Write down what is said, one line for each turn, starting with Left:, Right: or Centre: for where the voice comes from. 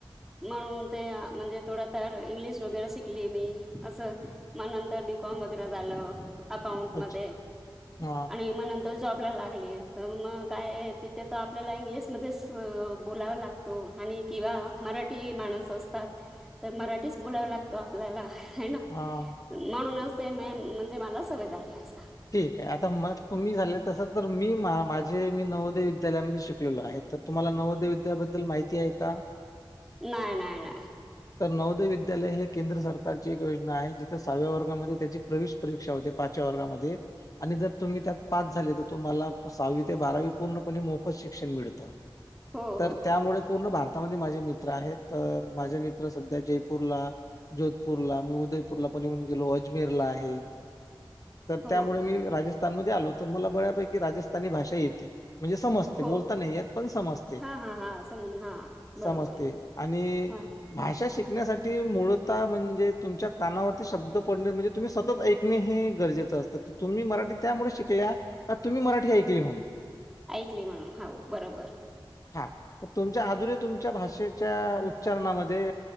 Centre: म्हणून ते म्हणजे थोडं तर इंग्लिश वगैरे शिकली मी असं. मग नंतर बी, कॉम वगैरे झालं. अकाउंट
Left: अच्छा
Centre: मध्ये
Left: हां
Centre: आणि म नंतर तर जॉबला लागले. तर मग काय तिथे तर आपल्याला इंग्लिशमध्येच बोलावं लागते. तो आणि किंवा मराठी माणस असतात, तर मराठीच बोलाव लागत. तो आपल्याला आहेना
Left: हां
Centre: म्हणूनच ते मेन म्हणजे मला सवय झाली अस.
Left: ठीक आहे आता मग तुम्ही झालेल तस तर मी मा माझे मी नवोदय विद्यालयामध्ये शिकलेलो आहेत. तर तुम्हाला नवोदय विद्याबद्दल माहिती आहे का?
Centre: नाही, नाही, नाही.
Left: तर नवोदय विद्यालय हे केंद्र सरकारची एक योजना आहे, जिथं सहाव्या वर्गामध्ये त्याची प्रवेश परीक्षा होते पाचव्या वर्गामध्ये. आणि जर तुम्ही त्यात पास झाले, तर तुम्हाला सहावी ते बारावी पूर्णपणे मोफत शिक्षण मिळत.
Centre: हो
Left: तर
Centre: हो
Left: त्यामुळे
Centre: हो
Left: पूर्ण भारतामध्ये माझे मित्र आहेत तर माझे मित्र सध्या जयपूरला जोधपूरला मी उदयपूरला पण येऊन गेलो अजमेरला आहे.
Centre: हो
Left: त्यामुळे मी राजस्थानमध्ये आलो होतो तर मला बऱ्यापैकी राजस्थानी भाषा येती. म्हणजे समजते
Centre: हो
Left: बोलता नाही येत पण समजते,
Centre: हां हां हां सम हां
Left: समजते.
Centre: बरोबर
Left: आणि
Centre: हां
Left: भाषा शिकण्यासाठी मूळताः म्हणजे तुमच्या कानावरती शब्द पडणे म्हणजे तुम्ही सतत ऐक शिकणे हे गरजेचं असतं तुम्ही मराठी त्यामुळे शिकल्या का तुम्ही मराठी ऐकली म्हणून.
Centre: ऐकली म्हणून हाव बरोबर.
Left: हा तर तुमच्या अजूनही तुमच्या भाषेच्या उच्चारणामध्ये